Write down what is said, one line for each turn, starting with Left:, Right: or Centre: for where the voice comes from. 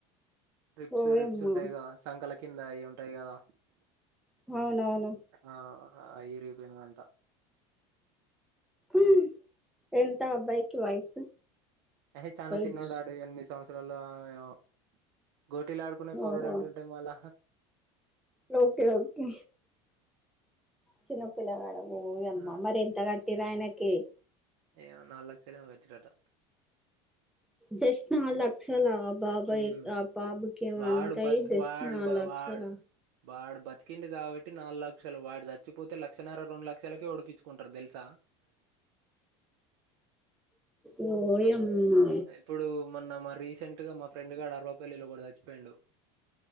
Right: రిప్స్
Centre: ఓయమ్మా
Right: రిప్స్ ఉంటాయి కదా సంకల కింద అవి ఉంటాయి కదా
Centre: అవునవును
Right: ఆ అవి ఇరిగిపోయినాయంట
Centre: ఉ ఎంత అబ్బాయికి వయసు
Right: ఎహే చాలా
Centre: ఏజ్
Right: చిన్నోడు వాడు ఎన్ని సంవత్సరాలు ఏమో గోటీలు ఆడుకునే పోరాడు
Centre: ఓహో
Right: అంటుంటే మల్ల
Centre: ఓకే ఓకే చిన్న పిల్లగాడు ఓయమ్మ
Right: ఆ
Centre: మరి ఎంత తినాయనకి
Right: ఏమో‌ నాలుగు లక్షలు ఏమో కట్టింరట
Centre: జస్ట్ మల్ల లక్షల ఆ బాబోయ్
Right: ఉమ్
Centre: మా బాబుకి ఏమో
Right: వాడు
Centre: అంతా
Right: బతు
Centre: జస్ట్
Right: వాడు
Centre: నాలుగు
Right: బ
Centre: లక్షల
Right: వాడు వాడు బతికిండు కాబట్టి నాలుగు లక్షలు వాడు చచ్ చచ్చిపోతే లక్షన్నర రెండు లక్షలకే ఉడికించుకుంటారు తెలుసా
Centre: ఓయమ్మ
Right: ఇప్పుడు మొన్న మా రీసెంట్ గా మా ఫ్రెండ్ గాడు అరవపల్లిలో ఒకడు చచ్చిపోయిండు